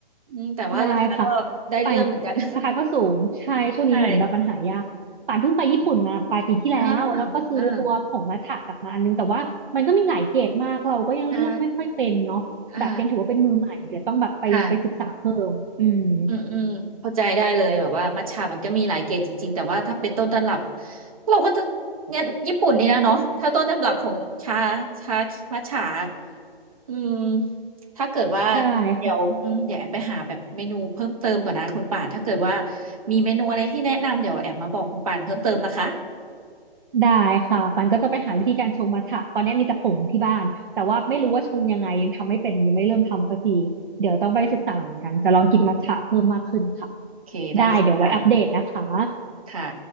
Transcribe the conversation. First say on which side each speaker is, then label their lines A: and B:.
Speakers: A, on the right; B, on the right.
A: อืมแต่ว่าราคาก็ได้เรื่องเหมือนกัน
B: ได้ค่ะป่านราคาก็สูงใช่ช่วงนี้เหมือนแบบปัญหายากป่านเพิ่งไปญี่ปุ่นมาปลายปีที่แล้วแล้วก็ซื้อตัวผงมัทฉะกลับมาอันนึงแต่ว่ามันก็มีหลายเกรดมากเราก็ยังเลือกไม่ค่อยเป็นเนาะแบบยังถือว่าเป็นมือใหม่เดี๋ยวต้องแบบไปไปศึกษาเพิ่มอืม
A: <laughs> ใช่อืมอ่าอ่าใช่อ่าค่ะ อืมอืมเข้าใจได้เลยแบบว่ามัทฉะมันก็มีหลายเกรดจริงๆแต่ว่าถ้าเป็นต้นตำรับเราก็จะเนี่ยญี่ปุ่นนี่นะเนาะถ้าต้นตำรับของชาชามัทฉะอืมถ้าเกิดว่า
B: ใช่ค่ะ
A: เดี๋ยวอืมเดี๋ยวแอมไปหาแบบเมนูเพิ่มเติมก่อนนะคุณป่านถ้าเกิดว่ามีเมนูอะไรที่แนะนำเดี๋ยวแอมมาบอกคุณป่านเพิ่มเติมนะคะ
B: ได้ค่ะปันก็จะไปหาวิธีการชงมัทฉะตอนนี้มีแต่ผงที่บ้านแต่ว่าไม่รู้ว่าชงยังไงยังทำไม่เป็นยังไม่เริ่มทำสักทีเดี๋ยวต้องไปศึกษาเหมือนกันจะลองกินมัทฉะเพิ่มมากขึ้นค่ะ
A: โอเคได้ค่ะ
B: ได้เดี๋ยวไว้อัปเดตนะคะ
A: ค่ะ